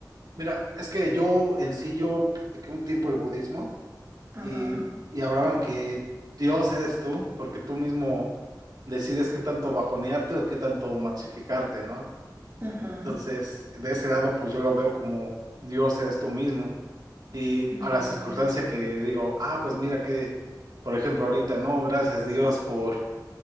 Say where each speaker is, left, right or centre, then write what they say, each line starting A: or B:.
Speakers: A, on the right; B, on the right.
A: Mira, es que yo en sí, yo practiqué un tiempo el budismo.
B: Ajá,
A: y, y hablaban que Dios eres tú, porque tú mismo decides qué tanto bajonearte o qué tanto maxificarte, ¿no?
B: ajá.
A: Entonces, de ese lado, pues yo lo veo como Dios eres tú mismo. Y
B: mm.
A: a la circunstancia que digo, ah, pues mira que, por ejemplo, ahorita, no, gracias Dios por,